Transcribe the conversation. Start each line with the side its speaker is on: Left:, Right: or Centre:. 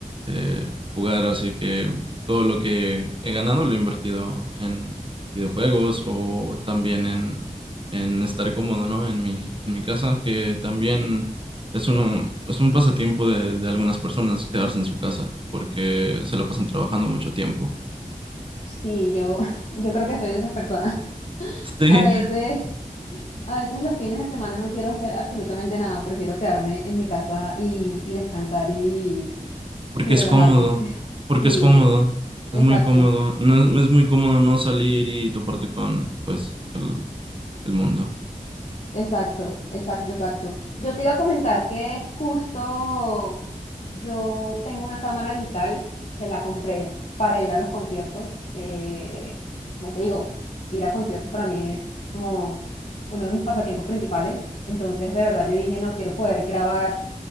Right: eh, jugar, así que todo lo que he ganado lo he invertido en videojuegos o también en, en estar cómodo, ¿no? En mi, en mi casa, que también es uno, es un pasatiempo de, de algunas personas quedarse en su casa porque se la pasan trabajando mucho tiempo.
Left: Sí, yo, <laughs> yo creo que soy de esas personas. <laughs>
Right: <laughs> Sí.
Left: A veces, a veces los fines de semana no quiero hacer absolutamente nada, prefiero quedarme en mi casa y, y descansar y,
Right: Porque
Left: y relajarme.
Right: es cómodo, porque
Left: Sí,
Right: es cómodo,
Left: es- exacto,
Right: es muy cómodo, no es, es muy cómodo no salir y toparte con, pues, el, el mundo.
Left: exacto, exacto, exacto. Yo te iba a comentar que justo yo tengo una cámara digital que la compré para ir a los conciertos. Eh, como te digo, ir a conciertos para mí es como uno de mis pasatiempos principales. Entonces, de verdad, yo dije, no quiero poder grabar